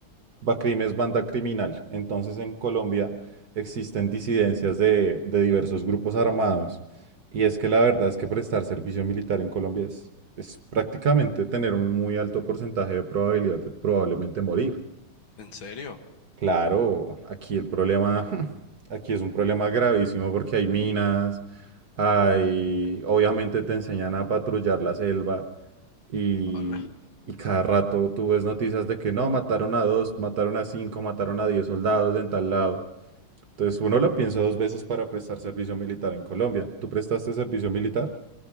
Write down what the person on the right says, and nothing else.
Bacrim es banda criminal. Entonces en Colombia existen disidencias de, de diversos grupos armados. Y es que la verdad es que prestar servicio militar en Colombia es, es prácticamente tener un muy alto porcentaje de probabilidad de probablemente morir.
Claro, aquí el problema, <laughs> aquí es un problema gravísimo porque hay minas, hay, obviamente te enseñan a patrullar la selva. Y,
y cada rato tú ves noticias de que no, mataron a dos, mataron a cinco, mataron a diez soldados en tal lado. Entonces uno lo piensa dos veces para prestar servicio militar en Colombia. ¿Tú prestaste servicio militar?